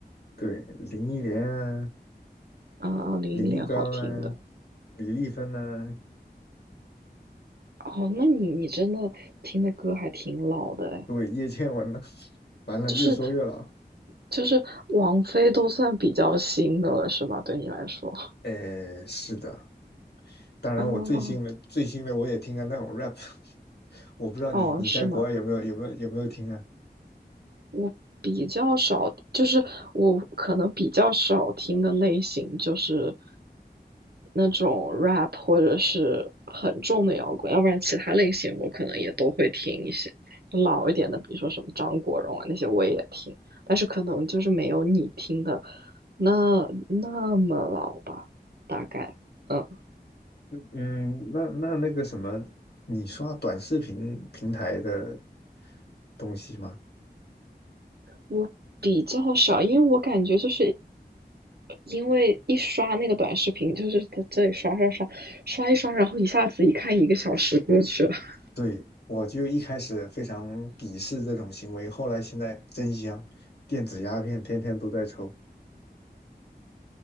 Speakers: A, on the left; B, on the right.
A: 对，林忆莲啊，
B: 啊，二零忆莲好听的。
A: 李玉刚啊，李丽芬啊，
B: 哦，那你你真的听的歌还挺老的哎，
A: 对，叶倩文啊，<laughs> 完了，
B: 就是
A: 越说越老。
B: 就是王菲都算比较新的了是吗？对你来说
A: 呃，是的，当然，
B: 啊，
A: 我最新的最新的我也听啊，那种 rap，<laughs> 我不知道你你在国外有没有有没有有没有听啊？
B: 哦是吗？我比较少，就是我可能比较少听的类型就是那种 rap 或者是很重的摇滚，要不然其他类型我可能也都会听一些，就老一点的，比如说什么张国荣啊那些我也听，但是可能就是没有你听的那那么老吧，大概，嗯。
A: 嗯，那那那个什么，你刷短视频平台的东西吗？
B: 我比较少，因为我感觉就是因为一刷那个短视频，就是在这里刷刷刷刷一刷，然后一下子一看一个小时过去了。<laughs>
A: 对，我就一开始非常鄙视这种行为，后来现在真香，电子鸦片天天都在抽。